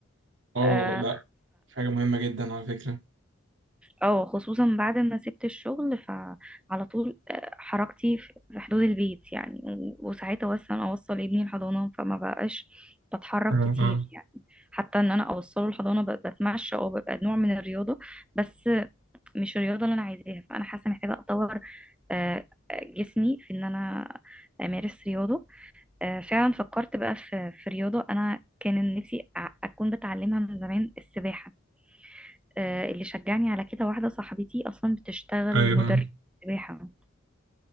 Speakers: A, on the right (about 60°); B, in the centre.
A: اه
B: آه،
A: لا حاجة مهمة جدا على فكرة
B: اه خصوصا بعد ما سبت الشغل فعلى طول آه، حركتي في في حدود البيت يعني و- وساعتها اصلا اوصل ابني الحضانه فما بقاش بتحرك
A: اه
B: كتير
A: اه
B: يعني حتى ان انا اوصله الحضانه ب- بتمشى او ببقى نوع من الرياضه بس مش الرياضه اللي انا عايزاها فانا حاسه محتاجه اطور آه، آه، جسمي في ان انا امارس رياضه آه، فعلا فكرت بقى في في رياضه انا كان نفسي أ- اكون بتعلمها من زمان السباحه آه، اللي شجعني على كده واحدة صاحبتي أصلا بتشتغل
A: ايوه
B: مدرب سباحة